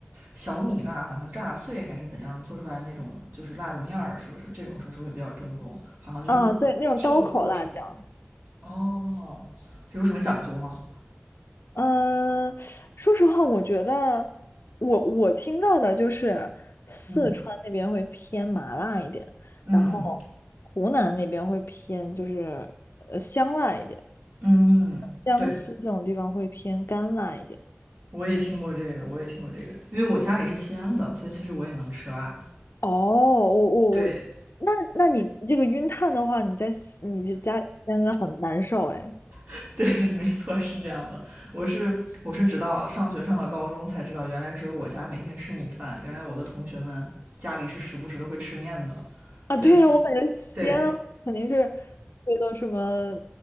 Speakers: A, on the right; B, on the left.
A: 小米辣好像炸碎还是怎样做出来那种，就是辣子面儿，是不是？这种是不是会比较正宗？好像就是不吃火锅的时候。
B: 啊，对，那种刀口辣椒。
A: 哦，有什么讲究吗？
B: 嗯，说实话，我觉得我我听到的就是四川那边会偏麻辣一点，
A: 嗯嗯嗯
B: 然后湖南那边会偏就是呃香辣一点，
A: 嗯，
B: 江西这种地方会偏干辣一点。
A: 对，我也听过这个，我也听过这个，因为我家里是西安的，所以其实我也能吃辣。
B: 哦，我我我，
A: 对，
B: 那那你这个晕碳的话，你在西你这家里真的很难受哎。
A: <laughs> 对，没错，是这样的。我是我是直到上学上到高中才知道，原来只有我家每天吃米饭，原来我的同学们家里是时不时都会吃面的，
B: 啊，
A: 所以这
B: 对啊，我感觉西安的话肯定是
A: 对
B: 那个什么